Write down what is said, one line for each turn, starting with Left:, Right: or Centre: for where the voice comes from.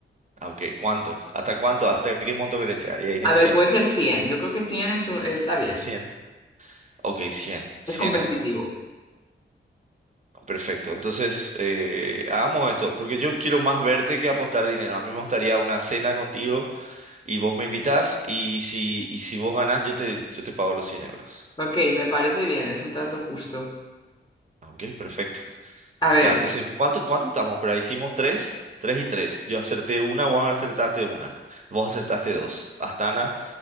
Right: Ah, Ok, ¿cuánto? ¿Hasta cuánto? ¿Hasta qué monto querés llegar? Y ahí negociamos.
Left: A ver, puede ser 100. Yo creo que 100 es un- está bien.
Right: cien Ok, cien cien
Left: Es competitivo.
Right: euros. Perfecto, entonces eh, hagamos esto, porque yo quiero más verte que apostar dinero. A mí me gustaría una cena contigo y vos me invitás y si, y si vos ganás yo te, yo te pago los cien euros.
Left: Ok, me parece bien, es un trato justo.
Right: Ok, perfecto. Está,
Left: A ver,
Right: entonces, ¿cuánto, cuánto estamos? Pero hicimos tres, tres y tres. Yo acerté una, vos acertaste una, vos acertaste dos, Astana